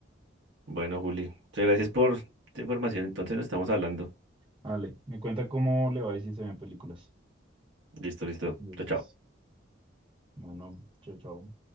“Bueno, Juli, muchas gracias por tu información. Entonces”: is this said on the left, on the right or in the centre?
Right